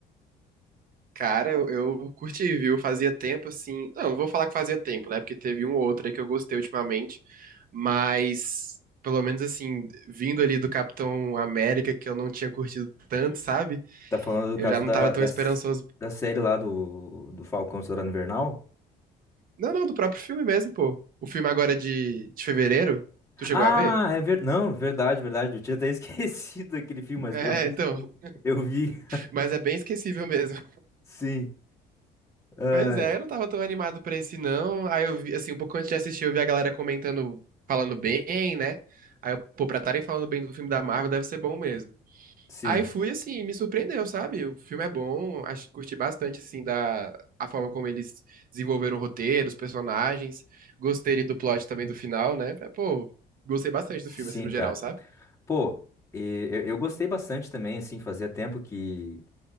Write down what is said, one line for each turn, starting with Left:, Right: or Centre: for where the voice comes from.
Right: Cara, eu, eu curti, viu? Fazia tempo assim. Não, não vou falar que fazia tempo, né? Porque teve um ou outro aí que eu gostei ultimamente. Mas, pelo menos assim, vindo ali do Capitão América, que eu não tinha curtido tanto, sabe?
Left: Tá falando do
Right: Eu
Left: caso
Right: já não
Left: da,
Right: tava tão
Left: da,
Right: esperançoso.
Left: s- da série lá do, do Falcão Soldado Invernal?
Right: Não, não, do próprio filme mesmo, pô. O filme agora de, de fevereiro. Tu chegou
Left: Ah,
Right: a ver?
Left: é verdade. Não, verdade, verdade. Eu tinha até <laughs> esquecido aquele filme, mas
Right: É,
Left: eu vi
Right: então.
Left: sim. Eu vi.
Right: Mas é bem esquecível mesmo.
Left: Sim. Ah,
Right: Pois é, eu não tava tão animado pra esse não. Aí eu vi, assim, um pouco antes de assistir, eu vi a galera comentando, falando bem, né? Aí eu, pô, pra estarem falando bem do filme da Marvel deve ser bom mesmo.
Left: sim,
Right: Aí fui, assim, me surpreendeu, sabe? O filme é bom, acho, curti bastante, assim, da a forma como eles desenvolveram o roteiro, os personagens. Gostei ali do plot também do final, né? É, Pô, gostei bastante
Left: sim,
Right: do filme, assim, no
Left: cara.
Right: geral, sabe?
Left: Pô, e eu, eu gostei bastante também, assim, fazia tempo que.